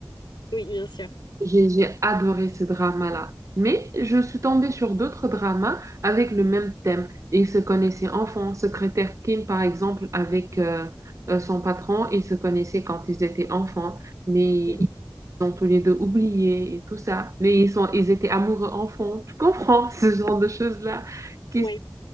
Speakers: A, on the left (about 80°); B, on the right (about 45°).
A: oui, bien sûr.
B: J'ai j'ai adoré ce drama-là. Mais je suis tombée sur d'autres dramas avec le même thème. Ils se connaissaient enfants. Secrétaire Kim, par exemple, avec euh, euh, son patron, ils se connaissaient quand ils étaient enfants. Mais
A: Mhm.
B: ils ont tous les deux oublié et tout ça. Mais ils sont, ils étaient amoureux enfants. Tu comprends <laughs> ce genre de choses-là qui
A: Ouais,
B: sont